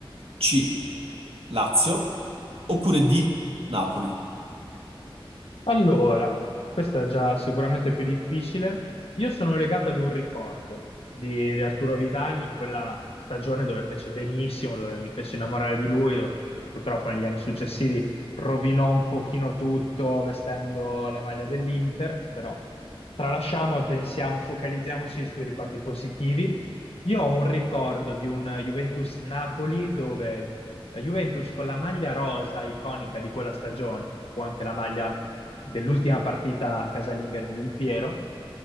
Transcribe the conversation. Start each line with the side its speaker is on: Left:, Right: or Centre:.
Right: C. Lazio oppure D, Napoli.
Left: Allora, questa è già sicuramente più difficile. Io sono legato ad un ricordo di, di Arturo Vidal in quella stagione dove fece benissimo, dove mi fece innamorare di lui, dove purtroppo negli anni successivi rovinò un pochino tutto vestendo la maglia dell'Inter, però tralasciamo e pensiamo, focalizziamoci sui ricordi positivi. Io ho un ricordo di un Juventus-Napoli dove la Juventus con la maglia rosa iconica di quella stagione, o anche la maglia dell'ultima partita casalinga di Del Piero.